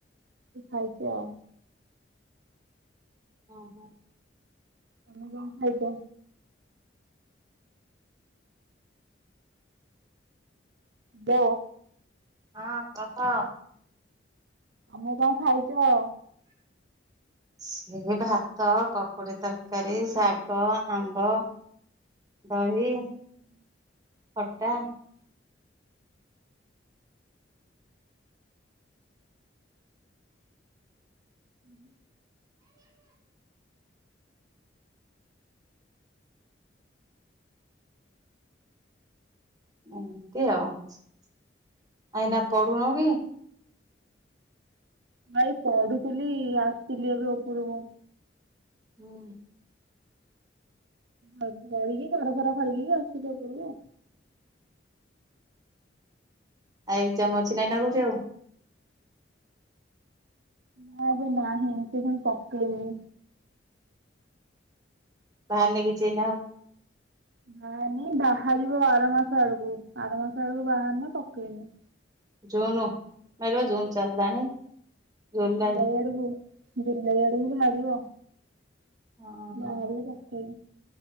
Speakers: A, on the right; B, on the right.
A: ଖାଇଛି ଆଉ।
B: ଓ ହୋ
A: ତମେ କଣ ଖାଇଛ? ଦ
B: ହଁ କହ।
A: ତମେ କଣ ଖାଇଛ?
B: ସେ ଭାତ, ପକୁଡ଼ି ତରକାରୀ, ଶାଗ, ଆମ୍ବ ଦହି
A: ହୁଁ
B: ଖଟା
A: ହୁଁ
B: ଏମିତି ଆଉ ଆ ଏଇନା ପଢୁନହୁଁ କି।
A: ଭାଇ ପଢୁଥିଲି ଆସିଥିଲି ଏବେ ଉପରକୁ।
B: ହୁଁ
A: ଆଉ ଦଳିକି ଘର ଫର ଖରିକିକି ଆସିଲି ଉପରକୁ।
B: ଆଉ ଏକ୍ଜାମ ଅଛି ନା <unintelligible>
A: ନା ଏବେ ନାହିଁ ସେ ପୁଣି ପକେଇନି
B: ବାହାରିନି କିଛି ଏଇନା ଆଉ।
A: ବାହାରିନି ବାହାରିବ ଆର ମାସ ଆଡ଼କୁ ଆର ମାସ ଆଡ଼କୁ ବାହାରିନେ ପକେଇମି଼।
B: ଜୁନ <unintelligible> ଜୁନ୍ ଚାଲିଲାଣି। ଜୁଲାଇ
A: <unintelligible> ଜୁଲାଇ ଆଡ଼କୁ ବାହାରିବ।
B: ଓହୋ
A: ବାହାରୁ କ